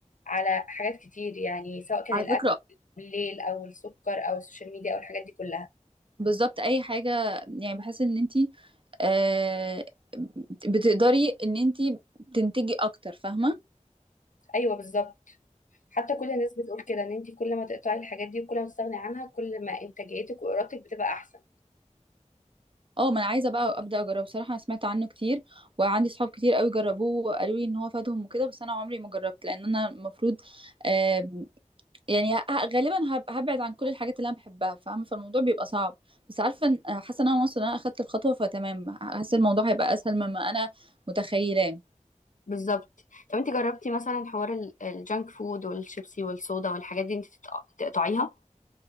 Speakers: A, on the left (about 75°); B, on the right (about 40°).
A: على حاجات كتير يعني سواء كان
B: على
A: الاكل
B: فكره
A: بالليل او السكر او السوشيال ميديا او الحاجات دي كلها
B: بالظبط اي حاجه يعني بحس ان انتي آه بتقدري ان انتي تنتجي اكتر فاهمه
A: ايوه بالظبط حتى كل الناس بتقول كده ان انت كل ما تقطعي الحاجات دي وكل ما تستغني عنها كل ما انتاجيتك وارادتك بتبقى احسن
B: اه ما انا عايزه بقى ابدا اجربه بصراحه انا سمعت عنه كتير وعندي صحاب كتير قوي جربوه وقالوا لي ان هو فادهم وكده بس انا عمري ما جربت لان انا المفروض آه يعني ه- غالبا هب- هبعد عن كل الحاجات اللي انا بحبها فاهمه فالموضوع بيبقى صعب بس عارفه إن- حاسه ان انا واصله ان انا اخدت الخطوه فتمام حاسه الموضوع هيبقى اسهل مما انا متخيلاه
A: بالظبط طب انت جربتي مثلا حوار ال- الجانك فود والشيبسي والصودا والحاجات دي انت تقط- تقطعيها